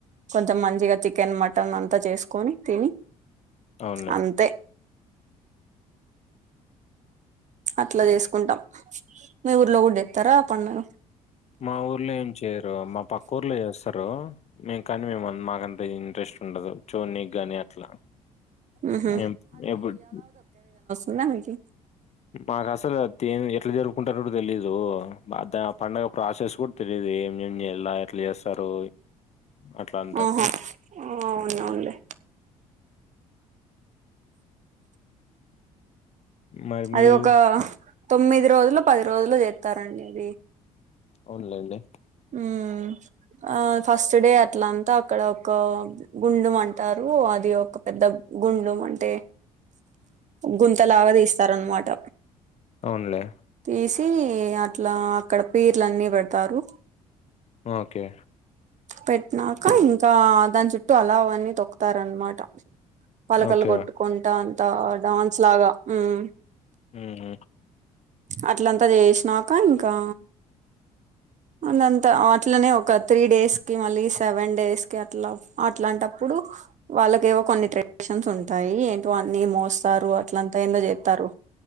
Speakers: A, on the right; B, on the left.
A: కొంచెం మంచిగా చికెన్ మటన్ అంతా చేసుకొని తిని
B: అవునులే
A: అంతే అట్ల చేసుకుంటాం మీ ఊర్లో కూడా జేత్తరా ఆ పండుగ
B: మా ఊర్లో ఏం చెయ్యరు మా పక్క ఊర్లో చేస్తారు మేం కానీ మేమన్ మాకంత ఇంట్రెస్ట్ ఉండదు చూడనీకి గానీ అట్లా
A: ఉహు
B: మేం ఎబుడ్
A: ఉందా మీకి
B: మాకు అసలు తి ఎట్లా జరుపుకుంటారో కూడా తెలీదు మా దా పండగ ప్రసెస్ గూ తెలీదు ఏం ఏం జెయ్యలా ఎట్లా చేస్తారు అట్ల అంతా
A: ఆహా అవునవునులే
B: మరి
A: అది
B: మీరు
A: ఒక తొమ్మిది రోజులో పది రోజులో జేత్తారండి అది
B: అవునులేండి
A: ఉమ్ ఆ ఫస్ట్డే అట్ల అంత అక్కడ ఒక గుండం అంటారు అది ఒక పెద్ద గుండం అంటే గుంతలాగ తీస్తారన్మాట
B: ఉన్లే
A: తీసీ అట్లా అక్కడ పీర్లన్నీ పెడ్తారు
B: ఓకే
A: పెట్నాక ఇంకా దాని చుట్టూ అలావ్ అని తొక్కుతారన్మాట పలకల్
B: ఓకే
A: కొట్టుకుంట అంత డాన్స్ లాగా ఉమ్
B: ఊమ్
A: అట్లంత చేశినాక ఇంకా అందంత అట్లనే ఒక త్రీ డేస్కి మళ్ళీ సెవెన్ డేస్కి అట్ల అట్లాంటప్పుడు వాళ్ళకేవో కొన్ని ట్రెడిషన్స్ ఉంటాయి ఏంటో అన్ని మోస్తారు అట్లంతా ఏందో చేత్తారు